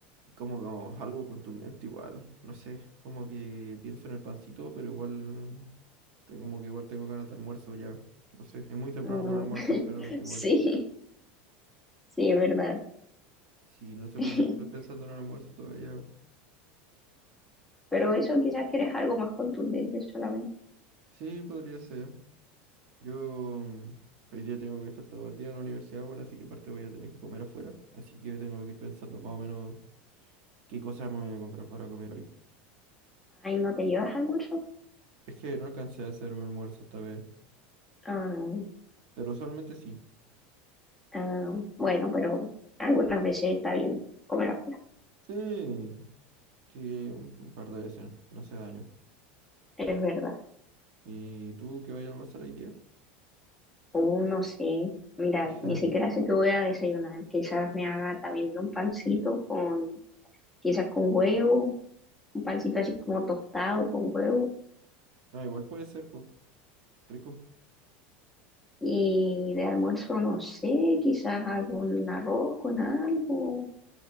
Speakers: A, on the right; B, in the centre.
A: como, como algo contundente igual. No sé, como que pienso en el pancito, pero igual, tengo, como que igual tengo ganas de almuerzo ya. No sé, es muy temprano
B: Mm,
A: para almorzar,
B: <laughs>
A: pero igual.
B: Sí, sí, es verdad.
A: Sí, no sé
B: <laughs>
A: por qué estoy pensando en el almuerzo todavía.
B: Pero eso quizás quieres algo más contundente solamente.
A: Sí, podría ser. Yo mm, hoy día tengo que estar todo el día en la universidad, bueno, así que aparte voy a tener que comer afuera. Así que tengo que ir pensando más o menos qué cosas me voy a comprar para comer hoy.
B: Ay, ¿no te llevas almuerzo?
A: Es que no alcancé a hacer mi almuerzo esta vez,
B: ah
A: pero usualmente sí.
B: Ah, bueno, pero algunas veces está bien comer afuera,
A: Sí, sí, un un par de veces, no hace daño.
B: es verdad.
A: ¿Y tú qué vayas a almorzar hoy día?
B: O no sé, mira,
A: <laughs>
B: ni siquiera sé qué voy a desayunar. Quizás me haga también un pancito con, quizás con huevo, un pancito así como tostado con huevo.
A: No, igual puede ser, pues, rico.
B: Y de almuerzo, no sé, quizás algún arroz con algo